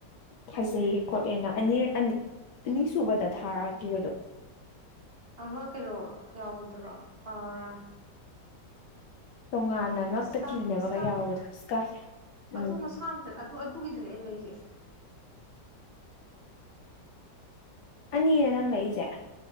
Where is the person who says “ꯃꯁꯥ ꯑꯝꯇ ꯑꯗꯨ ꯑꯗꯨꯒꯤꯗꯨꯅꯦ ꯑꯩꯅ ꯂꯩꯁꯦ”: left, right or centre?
Right